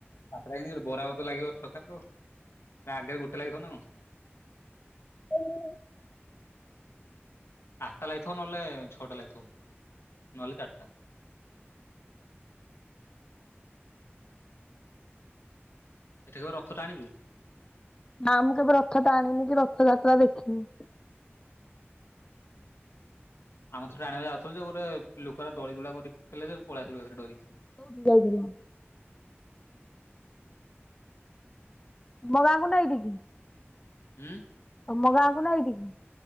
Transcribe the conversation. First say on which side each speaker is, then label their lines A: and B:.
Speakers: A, on the left; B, on the left.
A: ସାତଟା କେମତି କି ଗୋଟେ ବରା <unintelligible> ତ ଲାଗିବ ଛତାରେ ତୋ ତା ଆଗରେ ଗୋଟେ ଲାଗିଥିବ ନା କଣ?
B: <unintelligible>
A: ଆଟଟା ଲାଗିଥିବ ନହେଲେ ଛଅଟା ଲାଗିଥିବ ନହେଲେ ଚାରଟା। ଏଠି କେବେ ରଥ ଟାଣିଚୁ?
B: ନା ମୁଁ କେବେ ରଥ ଟାଣିନି କି ରଥଯାତ୍ରା ଦେଖିନି।
A: ଆମେ ଥରେ ଆଣିବାକୁ ଯାଉଥିଲୁ ଯେ ଗୁରେ ଲୋକ ଗୁରା ଦଳି ଦୁଳା କରି ପକେଇଲେ ଯେ ପଳେଇଆସିଲୁ ଡରିକି।
B: କୋଉଠିକି ଯାଇଥିଲ? ତୁମ ଗାଁଙ୍କୁ ନା ଏଇଠିକି?
A: ଉଁ।
B: ତମ ଗାଁକୁ ନା ଏଇଠିକି?